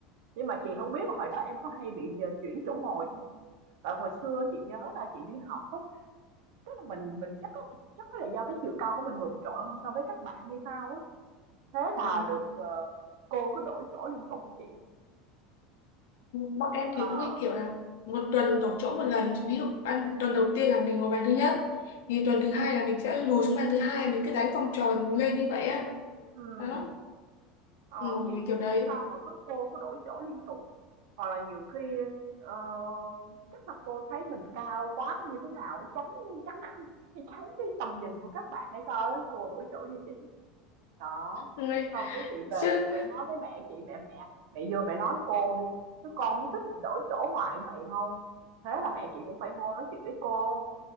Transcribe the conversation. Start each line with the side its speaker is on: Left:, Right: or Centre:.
Right: nhưng mà chị không biết là hồi đó em có hay bị nhờ chuyển chỗ ngồi không? Tại hồi xưa chị nhớ là chị đi học á, Tức là mình mình chắc có chắc có là do cái chiều cao của mình vượt trội hơn so với các bạn hay sao á. Thế
Left: Ừ.
Right: là được ờ, cô cứ đổi chỗ liên tục với chị.
Left: bọn em
Right: Ờ,
Left: thì có cái kiểu là một tuần đổi chỗ một lần ví dụ ăn tuần đầu tiên là mình ngồi bàn thứ nhất thì tuần thứ hai là mình sẽ lùi xuống bàn thứ hai mình cứ đánh vòng tròn lên như vậy á
Right: ừm,
Left: đó
Right: ờ,
Left: ngồi
Right: chị không
Left: kiểu
Right: biết
Left: đấy
Right: làm sao mà cứ cô cứ đổi chỗ liên tục. Hoặc là nhiều khi ờ, chắc là cô thấy mình cao quá hay như thế nào chắn chắn <laughs> chắn cái tầm nhìn của các bạn hay sao á, cô đổi chỗ cho chị. Đó,
Left: Ngồi-
Right: xong cái chị về
Left: chứ
Right: chị phải nói với mẹ chị, mẹ mẹ mẹ vô mẹ nói cô đi, chứ con không thích bị đổi chỗ hoài như vậy đâu. Thế là mẹ chị cũng phải vô nói chuyện với cô,